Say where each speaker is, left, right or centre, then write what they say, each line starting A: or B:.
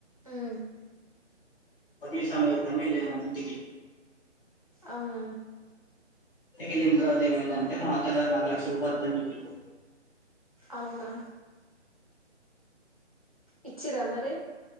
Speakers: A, on the right (about 30°); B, on the left (about 50°).
A: మ్మ్
B: పది నిమిషాల్లో <unintelligible> ఇంటికి
A: అవునా
B: వెళ్లిన తర్వాత ఏమైందంటే మా అత్తగారు నాకు లక్ష రూపాయలు వోదు చేపిరు
A: అవునా ఇచ్చిరా మరి